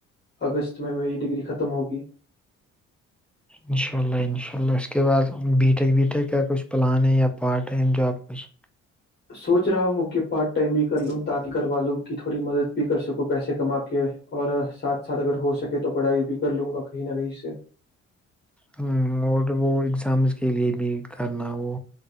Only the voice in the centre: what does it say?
انشاء اللہ انشاء اللہ اس کے بعد بی ٹیک بی ٹیک کا کچھ پلان ہے یا پارٹ ٹائم جاب کچھ
ہ اور وہ اگزامس کے لیے بھی کرنا وہ